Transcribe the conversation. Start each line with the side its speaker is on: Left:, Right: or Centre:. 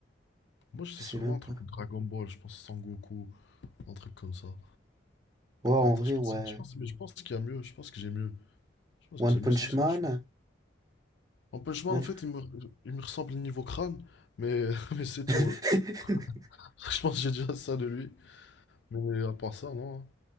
Left: Moi, je sais
Right: Je sais
Left: sûrement
Right: même
Left: un
Right: pas.
Left: truc Dragon Ball, je pense Sangoku, un truc comme ça.
Right: Ouais, en
Left: Mais attends,
Right: vrai,
Left: je pense,
Right: ouais.
Left: je pense, mais je pense qu'il y a mieux. Je pense que j'ai mieux. Je pense
Right: One
Left: que j'ai mieux,
Right: Punch
Left: c'est juste.
Right: Man.
Left: que je- En Punch Man,
Right: One...
Left: en fait, il me, il me ressemble niveau crâne, mais, <laughs> mais c'est tout.
Right: <laughs>
Left: hein. <laughs> Je pense que j'ai déjà ça de lui. Mais à part ça, non. hein.